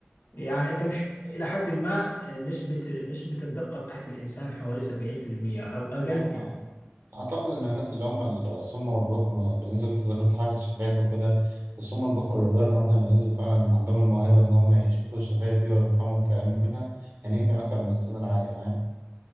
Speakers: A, on the left (about 70°); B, on the right (about 65°).
A: يعني انت مش الى حد ما آه، نسبه نسبه الدقه بتاعت الانسان حوالي 70% او اقل
B: مم.
A: يعني
B: أعتقد إن الناس اللي هم الصم والبكم بالنسبة إن أنت ذكرت حاجة الشفايف وكده الصم والبكم بيقدروا إن هم يميزوا فعلا عندهم الموهبة إن هم يشوفوا الشفايف دي ويفهموا الكلام منها يعني يمكن أكتر من الإنسان العادي فاهم